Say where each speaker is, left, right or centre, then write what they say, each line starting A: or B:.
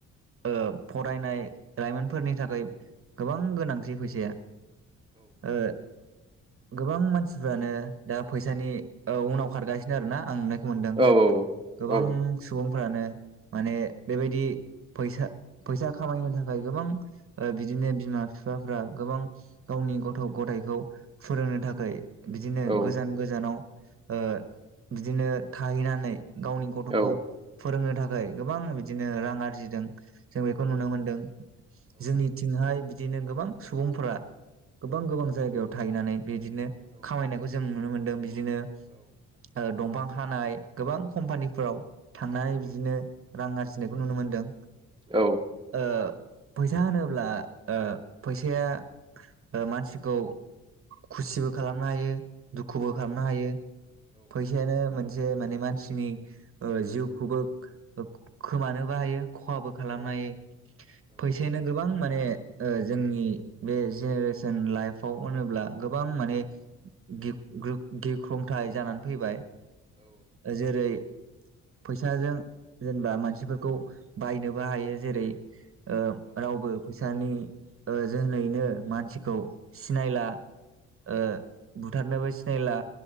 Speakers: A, on the right; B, on the right.
A: ओ फरायनाय लाइमोनफोरनि थाखाय गोबां गोनांथि फैसाया ओ गोबां मानसिफ्रानो दा फै फैसानि औ उनाव खारगासिनो आरो ना आं नुनाय दुखु मोनदों
B: औ
A: गोबां
B: औ
A: सुबुंफ्रानो माने बेबायदि फैसा फैसा खामायनो थाखाय गोबां ओ बिदिनो बिमा बिफाफ्रा गोबां गावनि गथ' गथायाइखौ फोरोंनो थाखाय बिदिनो
B: औ
A: गोजान गोजानाव ओ बिदिनो थाहैनानै गावनि गथंखौ
B: औ
A: फोरोंनो थाखाय गोबां बिदिनो जों बेखौ नुनो मोनदों जोंनिथिंहाय बि दिनो गोबां सुबुंफोरा गोबां गोबां जायगायाव थाहैनानै बिदिनो खामायनायखौ जों नुनो मोन दों दिनो ओ दंफां हानाय गोबां कम्पानिफोराव थांनानै बिदिनो रां आरजिनायखौ नुनो मोन्दों
B: औ
A: ओ फैसा होनोब्ला ओ फैसाया मानसिखौ खुसिबो खालामनो हायो दुखुबो खालामनो हायो फैसायानो मोन से माने मानसिनि ओ जिउखौबो खोमानोबो हायो खहाबो खालामनो हायो फैसायानो गोबां माने ओ जोंनि बे जेनेरेसन लाइफआव होनोब्ला गोबां माने गि गो गिख्रंथाय जानानै फैबाय जेरै फैसाजों जेनेबा मानसिफोरखौ बायनोबो हायो जेरै ओ रावबो फै सानि जोहोनैनो मानसिखौ सिनायला ओ बुथारनोबो सिनायला